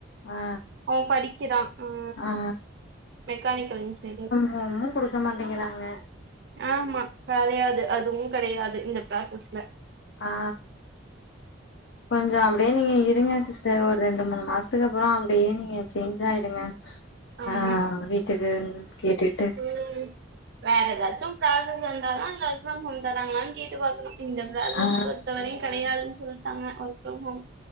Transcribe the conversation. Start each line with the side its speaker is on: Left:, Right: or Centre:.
Left: ஆ ஆ
Right: அவ படிக்கிறா அ
Left: ஆ
Right: மெக்கானிக்கல் இன்ஜினியரிங்
Left: ஒன்னும் குடுக்க மாட்டங்கிறாங்க
Right: ஆம்மா கடையாது அதுவு கடையாது இந்த ப்ராசஸ்ல
Left: ஆ கொஞ்சொ அப்டே நீங்க இருங்க சிஸ்டர் ஒரு ரெண்டு மூணு மாஸ் அத்துக்கப்பற அப்டே நீங்க சேஞ்ச் ஆயுடுங்க
Right: ஆமா
Left: அ வீட்டுக்குன் கேட்டுட்டு
Right: ம் வேற எதாச்சும் ஃப்ராஸஸ் வந்தாதா பெர்க் ஃப்ரம் ஹோம் தராங்களான் கேட்டு பாக்கணு இந்த ப்ராஸஸ்
Left: ஆ
Right: பொறுத்தவரையு கெடையாதுன் சொல்ட்டாங்க ஒர்க் ஃப்ரம் ஹோம்